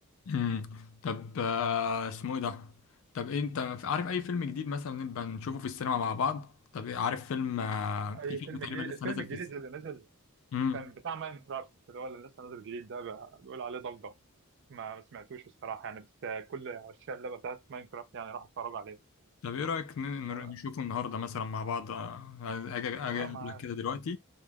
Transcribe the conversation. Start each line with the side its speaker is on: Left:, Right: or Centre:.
Left: امم طب آه، اسمه ايه ده طب إيه انت عارف اي فيلم جديد مثلا نبقى نشوفه في السينما مع بعض طب إيه عارف فيلم آه،
Right: اي
Left: في فيلم
Right: فيلم
Left: تقريبا
Right: جديد
Left: لسه
Right: الفيلم
Left: نازل
Right: الجديد
Left: في السينما
Right: اللي نزل
Left: امم
Right: كان بتاع ماين كرافت اللي هو اللي لسه نازل جديد ده بقى- بيقول عليه ضجه ما سمعتوش الصراحه يعني بس كل عشاق اللعبه بتاعت ماين كرافت يعني راح اتفرجوا عليه
Left: طب ايه رايك ن- نر-
Right: لا،
Left: نشوفه النهارده مثلا مع بعض آه، اجي اجي
Right: تمام
Left: اقابلك
Right: عادي
Left: كده دلوقتي